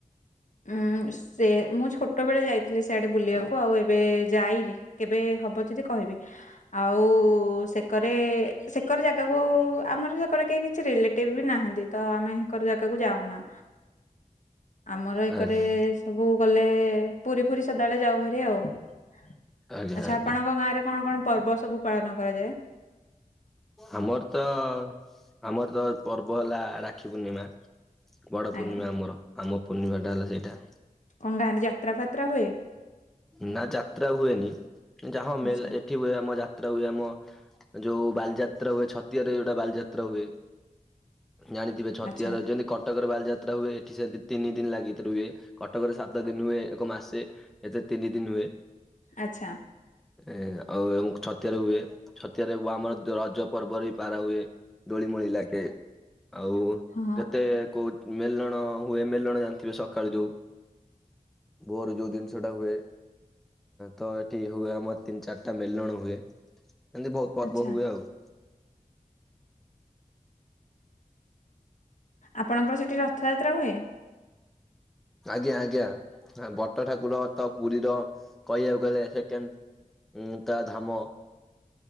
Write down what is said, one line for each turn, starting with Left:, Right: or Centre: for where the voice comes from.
Left: ଉଁ ସେ ମୁଁ ଛୋଟ ବେଳେ ଯାଇଥିଲି ସିଆଡେ ବୁଲିବାକୁ ଆଉ ଏବେ ଯାଇନି। କେବେ ହବ ଯଦି କହିବେ ଆଉ ଉ ସେ କରେ ସେ କରେ ଜାଗାକୁ ଆମର ସେ କରେ କେହି କିଛି ରିଲେଟିବ ବି ନାହାନ୍ତି। ତ ଆମେ ହେକର ଜାଗାକୁ ଯାଉନା। ଆମର ଏ
Centre: ଆଜ୍ଞା
Left: କରେ ସବୁ ଗଲେ ପୁରୀ ଫୁରୀ ସଦାବେଳେ ଯାଉ ହାରି ଆଉ। ଆଚ୍ଛା
Centre: ଆଜ୍ଞା ଆଜ୍ଞା
Left: ଆପଣଙ୍କ ଗାଁରେ କଣ କଣ ପର୍ବ ସବୁ ପାଳନ କରାଯାଏ?
Centre: ଆମର ତ ଆମର ତ ପର୍ବ ହେଲା ରାକ୍ଷୀ ପୂର୍ଣ୍ଣିମା। ବଡ ପୂର୍ଣ୍ଣିମା
Left: ଆଜ୍ଞା
Centre: ଆମର ଆମ ପୂର୍ଣ୍ଣିମାଟା ହେଲା ସେଇଟା।
Left: କଁ ଗାଁରେ ଯାତ୍ରା ଫାତ୍ରା ହୁଏ।
Centre: ନା ଯାତ୍ରା ହୁଏନି ଯାହା <unintelligible>
Left: ଆଚ୍ଛା।
Centre: ଏଠି ହୁଏ ଆମ ଯାତ୍ରା ହୁଏ ଆମ ଯୋଉ ବାଲିଯାତ୍ରା ଛତିଆ ରେ ଯୋଉ ବାଲିଯାତ୍ରା ହୁଏ। ଜାଣିଥିବେ ଛତିଆ
Left: ଆଚ୍ଛା
Centre: ରେ ଯେମିତି କଟକରେ ବାଲିଯାତ୍ରା ହୁଏ ଏଠି ସେମିତି ତିନି ଦିନ ଲାଗିକି ହୁଏ। କଟକରେ ସାତ ଦିନ ହୁଏ ଏକ ମାସେ ଏଠି ତିନି ଦିନ ହୁଏ।
Left: ଆଛା।
Centre: ଏ ଆଉ ଜଣେ ଛତିଆ ରେ ହୁଏ ଛତିଆ ରେ ବି ରଜ ପର୍ବ ପାଳନ ହୁଏ। ଦୋଳି ମୋଲି ଲାଗେ ଆଉ
Left: ହଁ
Centre: କେତେ କୋଉ ମେଲଣ ହୁଏ ମେଲେନ ଜାଣି ଥିବେ ସକାଳୁ ଯୋଉ ଭୋରୁ ଯୋଉ ଜିନିଷ ଟା ହୁଏ। ତ, ଏଠି ହୁଏ ଆମର ତିନି ଚାରିଟା ମେଲଣ ହୁଏ, ଏମିତି ବହୁତ ପର୍ବ
Left: ଆଚ୍ଛା
Centre: ହୁଏ ଆଉ।
Left: ଆପଣଙ୍କର ସେଠି ରଥଯାତ୍ରା ହୁଏ?
Centre: ଆଜ୍ଞା, ଆଜ୍ଞା ବଟ ଠାକୁର ତ ପୁରୀର କହିବାକୁ ଗଲେ ସେକେଣ୍ଡ ଉଁ ତା ଧାମ